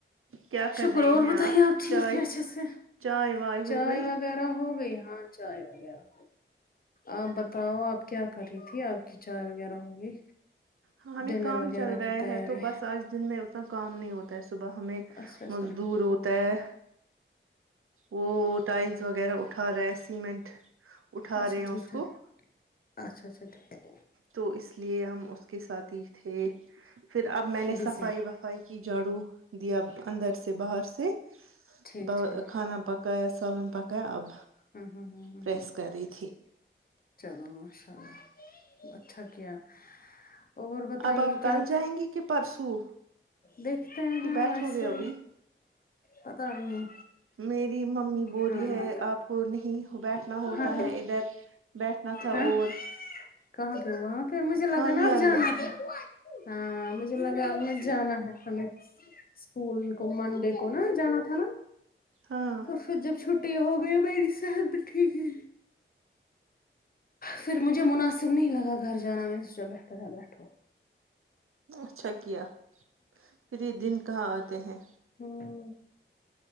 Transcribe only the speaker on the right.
کیا کر
رہے
ہیں
چائے
چائے وائے ہو
گئی
ہاں ہمیں
کام
چل رہا
ہے تو بس آج دن میں اتنا کام نہیں ہوتا ہے صبح ہمیں
مزدور ہوتا ہے وہ ٹائلس وغیرہ اٹھا رہا ہے سیمنٹ اٹھا
رہے ہیں اس
کو
تو اس لیے ہم اس کے ساتھ ہی تھے پھر اب میں نے
صفائی وف فائی کی جھاڑو دیا اندر سے باہر سے
ب
کھانا پکایا سالن پکایا اب
پریس
کر رہی تھی
اب آپ کل
جائیں گی کہ پرسوں
کہ
بیٹھو
گے ابھی
میری ممی بو
رہی ہے آپ کو نہیں بیٹھنا ہوتا
ہے ادھر بیٹھنا تھا
اور
خانیار
میں
ہاں
اچھا کیا پھر یہ دن کہاں آتے ہیں